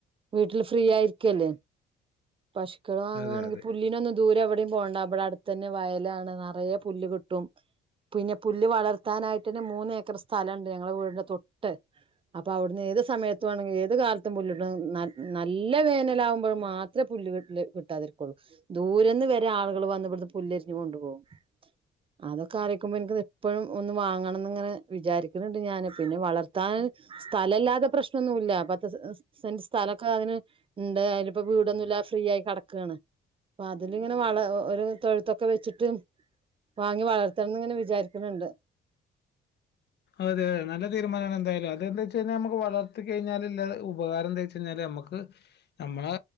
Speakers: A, on the right; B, on the left.
A: വീട്ടിൽ ഫ്രീ ആയിരിക്കുവല്ലേ പശുക്കള് വാങ്ങാണെങ്കി
B: അതെ അതെ
A: പുല്ലിനൊന്നും ദൂരെ എവിടെയും പോണ്ട ഇവിടെ അടുത്ത തന്നെ വയലാണ് നെറയെ പുല്ല് കിട്ടും പിന്നെ പുല്ല് വളർത്താനായിട്ടന്നെ മൂന്നേക്കർ സ്ഥലം ഉണ്ട് ഞങ്ങളെ വീടിന്റെ തൊട്ട് അപ്പോ അവിടുന്ന് ഏത് സമയത്തു വെണോങ്കിലും ഏത് കാലത്തും പുല്ല് കിട്ടും നൽ നല്ല വേനല് ആവുമ്പഴ്മാത്രേ പുല്ല് കിട്ട് ല്ല് കിട്ടാതിരിക്കുള്ളൂ ദൂരെന്ന് വരെ ആളുകൾ വന്ന് ഇവിട്ന്ന് പുല്ലരിഞ്ഞ് കൊണ്ടുപോവും അതൊക്കെ അറിയിക്കുമ്പോ എനിക്കിത് എപ്പോഴും ഒന്ന് വാങ്ങണംന്ന് ഇങ്ങനെ വിചാരിക്ക്ണുണ്ട് ഞാന് പിന്നെ വളർത്താൻ സ്ഥലം ഇല്ലാതെ പ്രശ്നൊന്നു ഇല്ല പത്ത് സെ സൻ്റ് സ്ഥലൊക്കെ അതിന് ഇണ്ട് അയിലിപ്പം വീടൊന്നുല്ല ഫ്രീ ആയി കെടക്കുകാണ് അപ്പം അതിലിങ്ങനെ വളം ഒരു തൊഴുത്തൊക്കെ വെച്ചിട്ട് വാങ്ങി വളർത്തണംന്ന് ഇങ്ങനെ വിചാരിക്ക്ണുണ്ട്
B: അതേ നല്ല തീരുമാനാണ് എന്തായാലും അതെന്താ വെച്ച് കഴിഞ്ഞാ നമ്മുക്ക് വളർത്തി കഴിഞ്ഞാലില്ല ഉപകാരം എന്താ വെച്ച കഴിഞ്ഞാല് നമ്മക്ക് നമ്മളെ